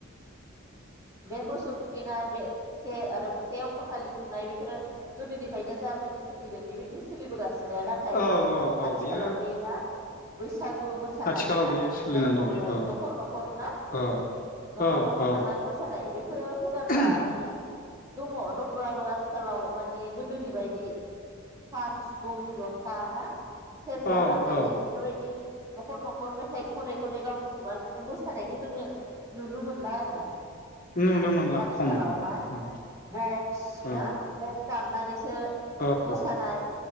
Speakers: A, on the right; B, on the left.
A: बे मोसौ थुखैनाय बे से आरो से अक्ट खालि खुंनाय बेफोरो गोदोनिफ्रायनो जाबायदि सोलिदों बेबायदिनो सोलिबोगासि थिनो नाथाय
B: औ औ औ
A: आथिखालावदि
B: बियो
A: बि ना बैसागु मोसानाय
B: आथिखालाव
A: ना
B: बियो सोलिनानै
A: जायखौनो
B: दं औ
A: नखर नखर ना
B: औ
A: नखर
B: औ
A: नखर
B: औ
A: थांनानै मोसानाय बेफोरो हुदाफ्रा
B: औ
A: मानि दङ दं बाबो आथिखालाव माने गोदोनि बायदि खाम सिफुं ज था ना सेरजा
B: औ
A: लानानै
B: औ
A: बेफोरबायदि नखर नखर मेथाइ खनै खनै गावनि खुगाजोंनो मोसानायखौ जोङो नुुनो मोनला आरो आरोना।
B: नुनो मोनला
A: आथिखालाव
B: खम जाबाय
A: मा
B: औ
A: बक्स
B: औ
A: ना बक्स दाम नानैसो सो
B: औ
A: मोसानाय